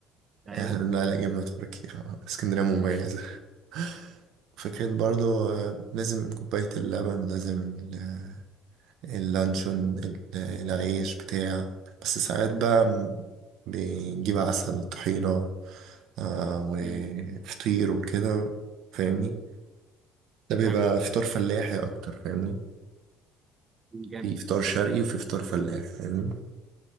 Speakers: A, on the right; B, on the right.
A: ايوه
B: آه، احنا بنقول عليها جبنة تركي آه، اسكندرية مميزة
A: مم.
B: <laughs> فكرة برضو آه، لازم كوباية اللبن لازم ال- اللانشون ال- العيش بتاع بس ساعات بقى م- بنجيب عسل طحينة آه، وفطير
A: مم.
B: وكده فاهمني ده بيبقى
A: فاهمك
B: فطار فلاحي أكتر فاهمني
A: مم. جامد
B: في فطار شرقي وفي فطار فلاح فاهمني